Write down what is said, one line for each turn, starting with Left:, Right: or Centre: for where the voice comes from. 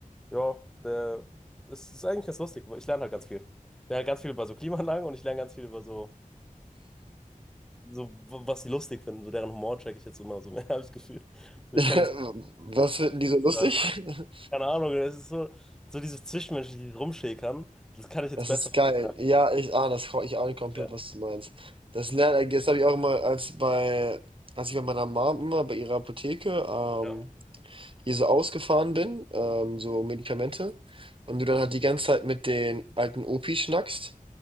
Centre: ja, der, es ist eigentlich ganz lustig. Ich lerne halt ganz viel. Ich lerne ganz viel über so Klimaanlagen und ich lerne ganz viel über so, so was die lustig finden. So deren Humor check ich jetzt immer so mehr, <laughs> habe ich das Gefühl. So,
Right: <laughs>
Centre: ich kann jetzt.
Right: Was finden die so lustig?
Centre: Ja,
Right: <laughs>
Centre: Keine Ahnung, es ist so, so dieses Zwischenmenschliche, dieses Rumschäkern, das kann ich jetzt
Right: Das
Centre: besser.
Right: ist geil.
Centre: Ja,
Right: Ja, ich ahne das, ich ahne komplett,
Centre: ja,
Right: was du meinst. Das lerne, das habe ich auch immer, als bei, als ich bei meiner Mom immer bei ihrer Apotheke ähm,
Centre: ja.
Right: hier so ausgefahren bin, ähm, so Medikamente, und du dann halt die ganze Zeit mit den alten Opis schnackst,